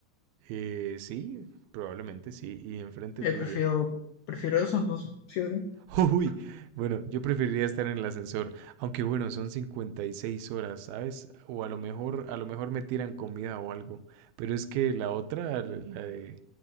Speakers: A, on the right (about 75°); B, on the left (about 85°).
A: Eh, sí, probablemente sí, y enfrente
B: Eh,
A: tuyo.
B: prefiero, prefiero eso, entonces. Sí o sí.
A: <laughs> Uy, bueno, yo preferiría estar en el ascensor, aunque bueno, son 56 horas, ¿sabes? O a lo mejor, a lo mejor me tiran comida o algo, pero es que la otra, la la de